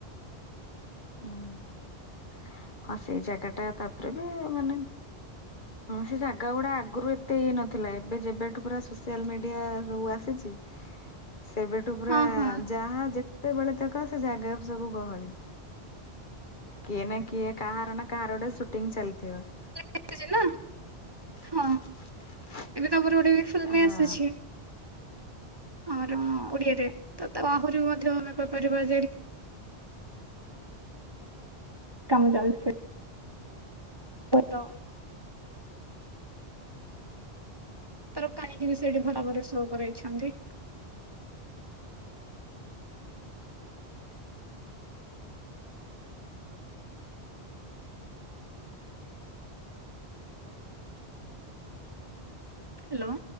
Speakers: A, on the left (about 50°); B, on the right (about 25°).
A: ହଁ ହଁ ସେଇ ଜାଗା ଟା ତାପରେ ବି ମାନେ ସେ ଜାଗା ଗୁଡା ଆଗରୁ ଏତେ ହେଇ ନଥିଲା ଏବେ ଯେବେଠୁ ପୁରା ସୋସିଆଲ ମିଡିଆ ସବୁ ଆସିଛି ସେବେଠୁ ପୁରା
B: ହଁ ହଁ।
A: ଯାହା ଯେ ସେବେଳେ ତାକ ସେ ଜାଗା ସବୁ ଗହଳି କିଏ ନା କି କାହାର ନା କାହାର ଗୋଟେ ସୁଟିଂ ଚାଲିଥିବ
B: ଆସିଛି ନା ହଁ ଏବେ ତ ମୋର ଗୋଡେ ବି ଫୁଲମ
A: ହଁ
B: ଆସିୁଛି ଆମର ଓଡିଆରେ ତ ତା ଆହୁରି ମଧ୍ୟ ଆମେ କହିପାରିବା କାମ ଚାଲୁ ଦର ତାର କାହିଁକି ବି ସେଠି ଭଲ ଭାବରେ ଶ କରାଇଛନ୍ତି। ହ୍ୟାଲୋ।